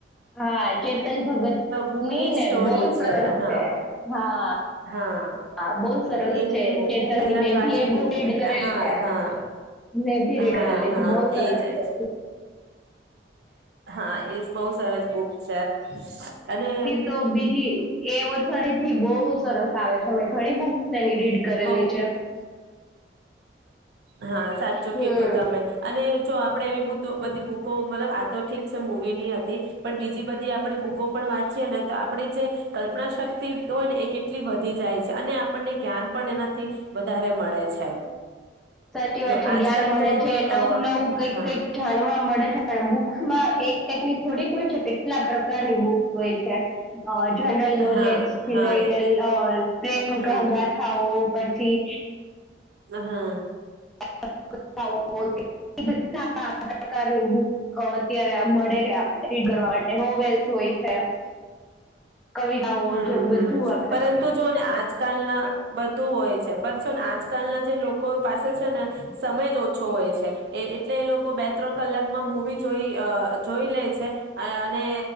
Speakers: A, in the centre; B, on the right.
A: હા, કેતન ભગત
B: બુકની
A: ની
B: જ
A: ને
B: સ્ટોરી
A: બોલ સરસ
B: હા
A: છે. હા,
B: હા
A: હા બહ સરસ
B: તો એની
A: છે.
B: બુક
A: ચેતનની
B: હું પેલા
A: મે
B: જ વાંચી
A: ભી એ બ
B: દીધી
A: રીડ કરેલી
B: હા
A: છે.
B: હા
A: મે ભી રીડ
B: હા
A: કરેલી
B: હા
A: છે. બો સરસ
B: એજ એજ
A: છે.
B: હા એ બહુ સરસ બુક છે અને
A: તો બીજી એ ઓછડી થી બો સરસ આવે છે મેં ઘણી બુક તેની રીડ કરેલી
B: બઉ
A: છે.
B: હા સાચું
A: હમ
B: કીધું તમે અને જો આપડે એવી બ તો બધી બુકો મતલબ આ તો ઠીક છે મૂવીની હતી પણ બીજી બધી આપણી બુકો પણ વાંચીએ ને તો આપણી જે કલ્પના શક્તિ હોય ને એ કેટલી વધી જાય છે અને આપણને જ્ઞાન પણ એનાથી વધારે મળે છે.
A: સાચી વાત
B: જો આજ
A: છે જ્ઞાન
B: આજકાલ
A: મળે
B: તો
A: છે નવું
B: અ
A: નવું કઈક
B: હા
A: કઈક જાણવા મળે છે. પણ બુક્સમાં એક ટેકની થોડીક હોય છે કેટલા પ્ર કારની બુક્સ હોય છે જનરલ નોલેજ
B: હા
A: થી
B: હા
A: લઈને
B: એ જ
A: પ્રેમ
B: હમ
A: ક ગાથાઓ પછી
B: હ હા.
A: <unintelligible> બધ પ્રકારની બુક અત્યારે મળે <unintelligible> રીડ કરવા માટે હોવેલ્સ જોઈ છે. કવિતાઓ
B: હમ્મ
A: જેવું
B: હમ્મ
A: બધું આપણે
B: પરંતુ જો ને આ જકાલના બધું હોય છે પણ છો ને આજકાલના જે લોકો પાસે છે ને સમય જ ઓછો હોય છે એટલે એ લોકો બે ત્રણ કલાકમાં મૂવી જોઈ અ જોઈ લે છે અને